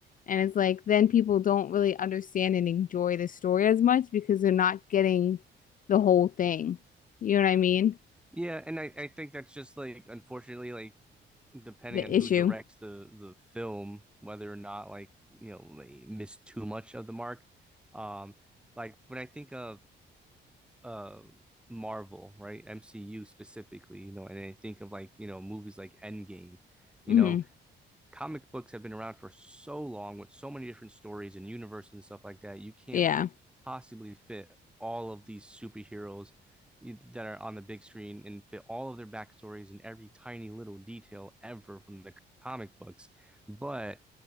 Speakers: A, on the left; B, in the centre.
A: And it's like then people don't really understand and enjoy the story as much because they're not getting the whole thing. You know what I mean?
B: Yeah. And I, I think that's just like, unfortunately, like, depending
A: The
B: on who
A: issue.
B: directs the the film whether or not like you know they miss too much of the mark um like when i think of uh Marvel, right? MCU specifically, you know, and I think of like, you know, movies like Endgame, you
A: hmm
B: know, comic books have been around for so long with so many different stories and universes and stuff like that. You can't
A: Yeah.
B: possibly fit all of these superheroes that are on the big screen and fit all of their backstories and every tiny little detail ever from the comic books. But,